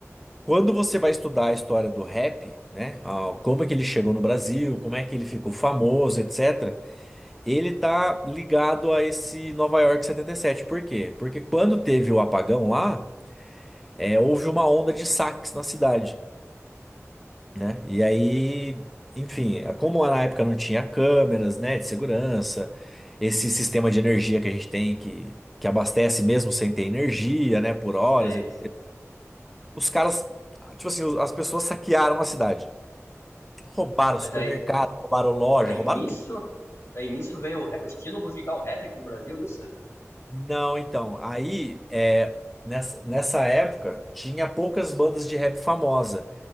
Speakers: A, in the centre; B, on the left.
A: Quando você vai estudar a história do rap, né, ah, como é que ele chegou no Brasil, como é que ele ficou famoso, etc., ele tá ligado a esse Nova York 77. Por quê? Porque quando teve o apagão lá, é, houve uma onda de saques na cidade, né? E aí, enfim, é, como na época não tinha câmeras, né, de segurança, esse sistema de energia que a gente tem que, que abastece mesmo sem ter energia, né, por horas,
B: sei.
A: et- et- os caras, tipo assim, as pessoas saquearam a cidade. Roubaram
B: Mas
A: supermercado,
B: daí,
A: roubaram loja,
B: daí
A: roubaram
B: nisso,
A: tudo.
B: daí nisso veio o, ra- o estilo musical rap pro Brasil, nisso?
A: Não, então, aí é, nessa, nessa época tinha poucas bandas de rap famosa.